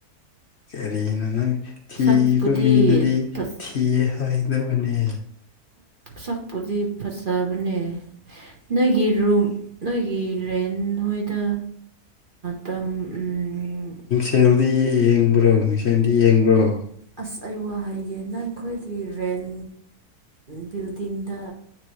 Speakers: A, on the left; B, on the right.
A: ꯀꯔꯤꯅꯣ ꯅꯪ ꯊꯤꯕ
B: ꯁꯛꯄꯨꯗꯤ
A: ꯃꯤꯗꯗꯤ
B: ꯐꯖ
A: ꯊꯤꯌꯦ ꯍꯥꯏꯗꯕꯅꯦ
B: ꯁꯛꯄꯨꯗꯤ ꯐꯖꯕꯅꯦ ꯅꯣꯏꯒꯤ ꯔꯨꯝ ꯅꯣꯏꯒꯤ ꯔꯦꯟ ꯅꯣꯏꯗ ꯇꯝ <unintelligible>
A: ꯁꯦꯜꯗꯤ ꯌꯦꯡꯕ꯭ꯔꯣ ꯃꯤꯁꯦꯟꯗꯤ ꯌꯦꯡꯕ꯭ꯔꯣ
B: ꯑꯁ ꯑꯩ ꯋꯥ ꯍꯥꯢꯒꯦ ꯅꯪ ꯑꯩꯈꯣꯏꯒꯤ ꯔꯦꯟ ꯕꯤꯜꯗꯤꯡꯗ